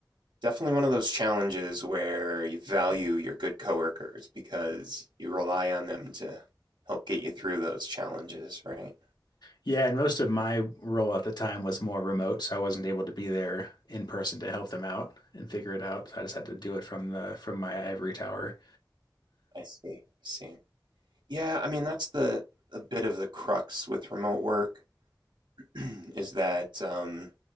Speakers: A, on the right; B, on the left.
A: Definitely one of those challenges where you value your good coworkers because you rely on them to help get you through those challenges, right?
B: Yeah, and most of my role at the time was more remote, so I wasn't able to be there in person to help them out and figure it out. So I just had to do it from the from my ivory tower.
A: I see. I see. Yeah, I mean that's the a bit of the crux with remote work <clears throat> is that um,